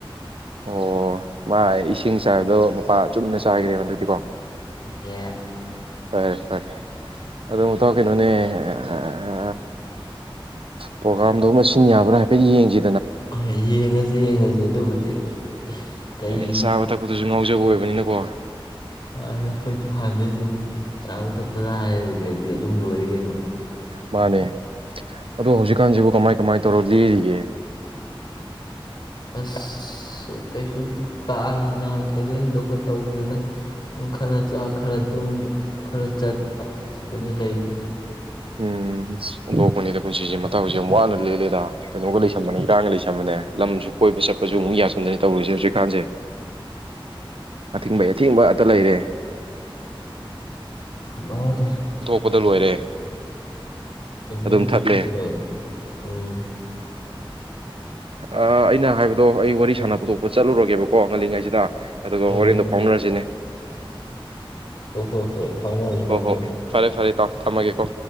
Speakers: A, on the right; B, on the left.
A: ꯑꯣ ꯃꯥ ꯏꯁ ꯁꯤꯡ ꯆꯥꯏꯕꯗꯣ ꯃꯄꯥ ꯆꯨꯝꯅ ꯆꯥꯏꯒꯔꯤꯕ ꯍꯟꯗꯛꯇꯤ ꯀꯣ
B: ꯌꯦ
A: ꯐꯔꯦ ꯐꯔꯦ ꯑꯗꯨ ꯃꯇꯥꯎ ꯀꯩꯅꯣꯅꯦ ꯑ ꯑ ꯄ꯭ꯔꯣꯒꯥꯝꯗꯣ ꯃꯁꯤ ꯌꯥꯕ꯭ꯔꯥ ꯍꯥꯏꯐꯦꯠ ꯌꯦꯡꯖꯦ
B: ꯍ ꯌꯦꯡꯉꯖꯦ ꯌꯦꯡꯉꯖꯦ ꯑꯗꯨꯕꯨꯗꯤ ꯀꯩ
A: ꯑꯦ ꯆꯥꯕ ꯇꯛꯄꯗꯨ ꯉꯥꯎꯖꯕ ꯑꯣꯏꯕꯅꯤꯅꯀꯣ
B: ꯑꯩꯈꯣꯏꯗꯤ ꯍꯥꯟꯗꯩ ꯑꯗꯨꯝ ꯆꯥꯕ ꯊꯛꯄꯗ ꯍꯥꯏꯒꯔꯗꯤ ꯑꯗꯨꯝ ꯂꯣꯏꯔꯦ ꯀꯩꯅꯣ
A: ꯃꯥꯅꯦ ꯑꯗꯣ ꯍꯧꯖꯤꯛꯀꯥꯟꯖꯤꯕꯨ ꯀꯃꯥꯏ ꯀꯃꯥꯏ ꯇꯧꯔ ꯂꯦꯔꯤꯒꯦ
B: ꯑꯁ ꯀꯩꯁꯨ ꯗꯨ ꯀꯥ ꯍꯦꯅ ꯊꯣꯏꯗꯣꯛ ꯍꯦꯟꯗꯣꯛꯄ ꯇꯧꯗꯦꯗ ꯑꯗꯨꯝ ꯈꯔ ꯆꯥ ꯈꯔ ꯗꯨꯝ ꯈꯔ ꯆꯠ ꯁꯤꯗꯅꯤ ꯂꯩꯔꯤꯁ
A: ꯎꯝ ꯁꯤ ꯑꯣꯟꯗꯣꯛꯄꯅꯤꯗ ꯄꯨꯟꯁꯤꯁꯦ ꯇꯧꯏꯖꯦ ꯋꯥꯅ ꯂꯦꯜꯂꯦꯗ ꯀꯩꯅꯣꯒ ꯂꯩꯁꯕꯅꯤ ꯏꯔꯥꯡꯒ ꯂꯩ ꯑꯃꯅꯦ ꯂꯝꯁꯨ ꯀꯣꯏꯕ ꯆꯠꯄꯁꯨ ꯑꯃꯨꯛ ꯌꯥꯁ ꯟꯗꯦ ꯇꯧꯔꯤꯁꯦ ꯍꯧꯖꯤꯛꯀꯥꯟꯁꯦ ꯑꯊꯤꯡꯕꯩ ꯑꯊꯤꯡꯕ ꯑꯇ ꯂꯩꯔꯦ
B: ꯃꯥꯗꯦ
A: ꯄꯗ ꯂꯣꯏꯔꯦ
B: ꯀꯨꯟꯗꯣꯅꯤ
A: ꯑꯗꯨꯝ
B: ꯇꯧꯕꯗ
A: ꯊꯠꯂꯦ
B: ꯂꯣꯏꯔꯦ ꯎꯝ
A: ꯑ ꯑꯩꯅ ꯍꯥꯏꯕꯗꯣ ꯑꯩ ꯋꯥꯔꯤ ꯁꯥꯟꯅ ꯄꯨꯗꯣꯛꯄ ꯆꯠꯂꯨꯔꯒꯦꯕꯀꯣ ꯉꯜꯂꯤꯉꯩꯁꯤꯗ ꯑꯗꯨꯒ
B: ꯎꯝ
A: ꯍꯣꯔꯦꯟꯗꯣ ꯐꯥꯎꯅꯔꯁꯤꯅꯦ
B: ꯑꯣ ꯍꯣ ꯍꯣꯏ ꯐꯥꯎꯅꯔꯁꯤ ꯐꯥꯎꯅꯔꯁꯤ
A: ꯑꯣ ꯍꯣ ꯐꯔꯦ ꯐꯔꯦ ꯢꯇꯥꯎ ꯊꯝꯃꯒꯦꯀꯣ